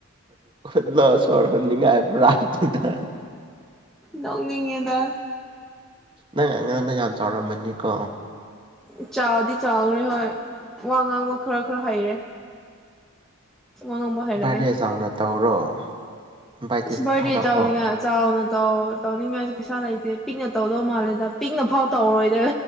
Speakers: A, on the right; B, in the centre.
A: ꯍꯨꯠꯂꯣ ꯁꯣꯔ ꯅꯤꯡꯉꯥꯏꯕ꯭ꯔꯥꯗ
B: ꯅꯣꯛꯅꯤꯡꯉꯦꯗ
A: ꯅꯪ ꯑꯉꯥꯡ ꯆꯥꯎꯔꯝꯃꯅꯤꯀꯣ
B: ꯏꯆꯥꯗꯤ ꯆꯥꯎꯔꯦ ꯍꯣꯏ ꯋꯥ ꯉꯥꯡꯕ ꯈꯔ ꯈꯔ ꯍꯩꯔꯦ ꯋꯥ ꯉꯥꯡꯕ ꯍꯩꯔꯛꯑꯦ
A: ꯕꯥꯔꯗꯦ ꯆꯥꯎꯅ ꯇꯧꯔꯣ ꯏꯟꯚꯥꯏꯇꯦꯁ
B: ꯑꯁ
A: ꯊꯥꯔꯛꯑꯣ
B: ꯗꯤ ꯆꯥ ꯆꯥ ꯧ ꯇꯧꯅꯤꯡꯉꯥꯏꯁꯨ ꯄꯩꯁꯥ ꯂꯩꯇꯦ ꯄꯤꯛꯅ ꯇꯧꯗꯧ ꯃꯥꯜꯂꯦꯗ ꯄꯤꯛꯅꯐꯥꯎ ꯇꯧꯔꯣꯏꯗ